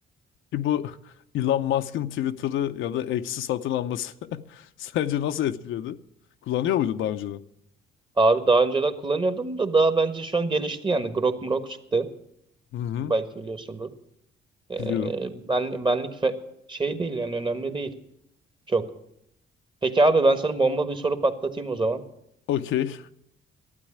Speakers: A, on the left (about 80°); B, on the right (about 25°).
A: Ki bu <laughs> Elon Musk'ın Twitter'ı ya da X'i satın alması <laughs> sence nasıl etkiledi? Kullanıyor muydun daha önceden?
B: Abi daha önceden kullanıyordum da daha bence şu an gelişti yani. Grok mrok çıktı.
A: Hı hı,
B: Belki biliyorsundur. Ee,
A: biliyorum.
B: ben, benlik fe- şey değil yani önemli değil. Çok. Peki abi ben sana bomba bir soru patlatayım o zaman.
A: Okey.